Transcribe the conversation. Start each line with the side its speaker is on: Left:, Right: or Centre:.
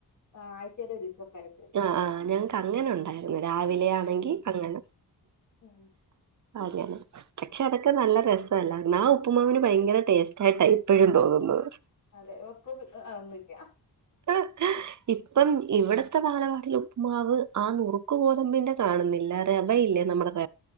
Left: ആഹ് ആഴ്ചയിൽ ഒരു ദിവസൊക്കെ ആയിട്ട്
Right: ആഹ് ആഹ് ഞങ്ങക്ക് അങ്ങനെ ഉണ്ടായി രാവിലെ ആണെങ്കിൽ അങ്ങനെ
Left: ഉം
Right: അങ്ങനെ പക്ഷെ അതൊക്കെ ക്കെ നല്ല രസല്ല ആഹ് ഉപ്പുമാവന് ഭയങ്കര ടേസ്റ്റയിട്ടാ ഇപ്പോഴും തോന്നുന്നത്
Left: അതെ ഒപ്പ ആതൊന്നില്ല
Right: ഇപ്പ ഇപ്പം ഇവിടത്തെ വാലവാടിൽ ഉപ്പ്മാവ് ആഹ് നുറുക്ക് കോതമ്പിന്റെ കാണുന്നില്ല റെവയില്ലേ നമ്മുടെ അത